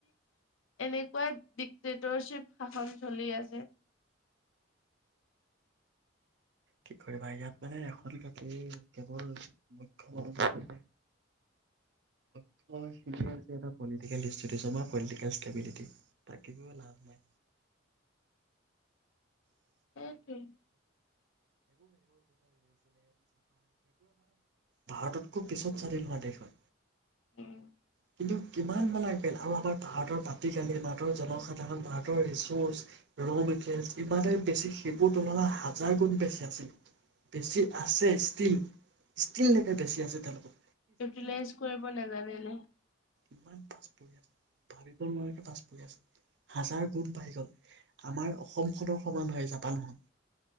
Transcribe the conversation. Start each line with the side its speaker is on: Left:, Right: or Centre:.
Left: এনে কয় ডিক্টেটৰশ্বিপ শাসন চলি আছে।
Right: কি কৰিবা ইয়াত মানে <unintelligible> কেৱল মুখ্য <unintelligible> <unintelligible> পলিটিকেল <unintelligible> ষ্টেবিলিটি। তাক <unintelligible> লাভ নাই। <inaudible> <inaudible> <inaudible>
Left: সেইটোৱে।
Right: ভাৰততকৈ পিছত স্বাধীন হোৱা দেশ হয়।
Left: উম।
Right: কিন্তু কিমান মানে <unintelligible> আৰু আমাৰ ভাৰতৰ মাটি কালি, ভাৰতৰ জনসাধাৰণ ভাৰতৰ ৰিচৰ্চ, <unintelligible> ইমানেই বেছি সেইবোৰ তুলনাত হাজাৰ গুণ বেছি আছিল। বেছি আছে ষ্টীল। <unintelligible> বেছি আছে তেওঁলোকক
Left: ইউটিলাইজ কৰিব নাজানিলে।
Right: ইমান পাছ <inaudible> পাছ পৰি আছে, হাজাৰ গুণ বাঢ়ি গল। আমাৰ অসম খনৰ সমান হয় জাপানখন,